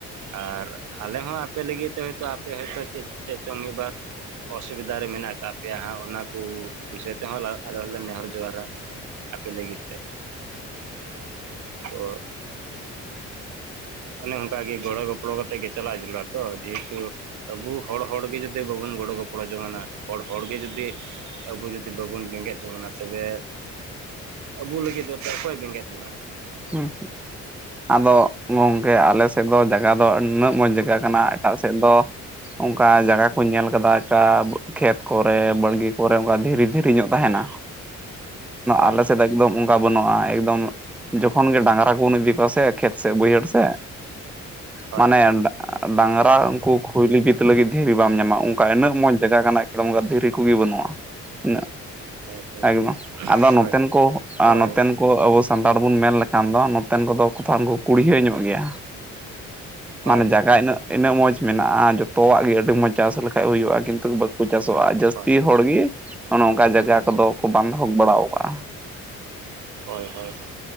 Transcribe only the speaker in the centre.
ᱦᱩᱸ, ᱟᱫᱚ ᱜᱚᱝᱠᱮ ᱟᱞᱮ ᱛᱮᱜᱚ ᱡᱟᱜᱟ ᱫᱚ ᱱᱩᱱᱟᱹᱜ ᱢᱚᱡᱽ ᱡᱟᱜᱟ ᱠᱟᱱᱟ ᱮᱴᱟᱜ ᱥᱮᱫ ᱫᱚ ᱚᱱᱠᱟ ᱡᱟᱜᱟ ᱠᱩᱧ ᱧᱮᱞ ᱠᱟᱫᱟ ᱟᱠᱟ ᱠᱷᱮᱛ ᱠᱚᱨᱮ ᱵᱟᱲᱜᱤ ᱠᱚᱨᱮ ᱚᱝᱠᱟ ᱫᱷᱤᱨᱤ ᱫᱷᱤᱨᱤᱧᱚᱜ ᱛᱟᱦᱮᱱᱟ
ᱟᱞᱮ ᱥᱮᱫ ᱫᱚ ᱮᱠᱫᱚᱢ ᱚᱱᱠᱟ ᱵᱟᱹᱱᱩᱜᱼᱟ ᱮᱠᱫᱚᱢ ᱡᱚᱠᱷᱚᱱ ᱜᱮ ᱰᱟᱝᱨᱟ ᱠᱚᱵᱚᱱ ᱤᱫᱤ ᱠᱚᱣᱟ ᱥᱮ ᱠᱷᱮᱛ ᱥᱮᱜ ᱵᱟᱹᱭᱦᱟᱹᱲ ᱥᱮᱜ
ᱢᱟᱱᱮ ᱰᱟᱝᱨᱟ ᱩᱝᱠᱩ ᱠᱷᱩᱭᱞᱤ ᱵᱤᱛ ᱞᱟᱹᱜᱤᱫ ᱫᱷᱤᱨᱤ ᱵᱟᱢ ᱧᱟᱢᱟ ᱚᱝᱠᱟ ᱤᱱᱟᱹᱜ ᱢᱚᱸᱡᱽ ᱡᱟᱜᱟ ᱠᱟᱱᱟ ᱾ <inaudible> ᱫᱷᱤᱨᱤ ᱠᱚᱜᱤ ᱵᱟᱹᱱᱩᱜᱼᱟ ᱤᱱᱟᱹᱜ ᱾
ᱮᱠᱫᱚᱢ
ᱟᱫᱚ ᱱᱚᱛᱮᱱ
ᱠᱚ ᱱᱚᱛᱮᱱ
ᱠᱚ ᱚᱵᱚᱥ ᱛᱟᱲ ᱵᱚᱱ ᱢᱮᱱ ᱞᱮᱠᱷᱟᱱ ᱫᱚ ᱱᱚᱛᱮᱱ ᱠᱚᱫᱚ ᱠᱩᱛᱷᱟᱢ ᱠᱚ ᱠᱩᱲᱭᱦᱟᱹ ᱧᱚᱜ ᱜᱮᱭᱟ
ᱢᱟᱱᱮ ᱡᱟᱜᱟ ᱤᱱᱟᱹᱜ ᱾ ᱤᱱᱟᱹᱜ ᱢᱚᱡᱽ ᱢᱮᱱᱟᱜᱼᱟ, ᱡᱚᱛᱚᱣᱟᱜ ᱜᱮ ᱟᱹᱰᱤ ᱢᱚᱸᱡᱽ ᱪᱟᱥ ᱞᱮᱠᱷᱟᱡ ᱦᱳᱭᱳᱜᱼᱟ ᱠᱤᱱᱛᱩ ᱵᱟᱠᱚ ᱪᱟᱥᱚᱜᱼᱟ
ᱡᱟᱥ
ᱛᱤ ᱦᱚᱲ ᱜᱤ ᱚᱱᱮ ᱚᱱᱠᱟ ᱡᱟᱜᱟ ᱠᱚᱫᱚ ᱠᱚ ᱵᱟᱱᱫᱷᱚᱠ ᱵᱟᱲᱟᱣ ᱠᱟᱜᱼᱟ᱾